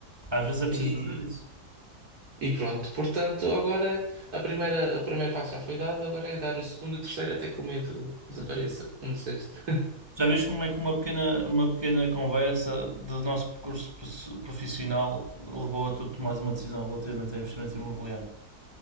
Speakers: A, on the right; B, on the right.
A: Às vezes é preciso
B: E,
A: fazer isso.
B: e pronto. Portanto, agora a primeira, o primeiro passo já foi dado, agora é dar o segundo e o terceiro até que o medo
A: Sim,
B: desapareça.
A: sim.
B: Não disseste?
A: Já vês como é que uma pequena, uma pequena conversa do nosso percurso pro- profissional levou a tu tomares uma decisão relativamente a investimento imobiliário?